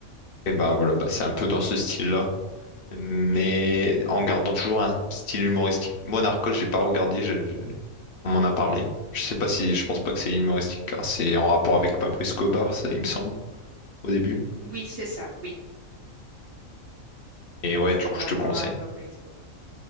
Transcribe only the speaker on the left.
Et ben voilà, bah c'est un peu dans ce style-là, mais
en gardant toujours un style humoristique. Moi, Narcos, j'ai pas regardé, je- je- on m'en a parlé. Je sais pas si, je pense pas que c'est humoristique, car c'est en rapport avec Pablo Escobar, ça, il me semble, au début.
Et ouais,
du coup,
je te
le conseille.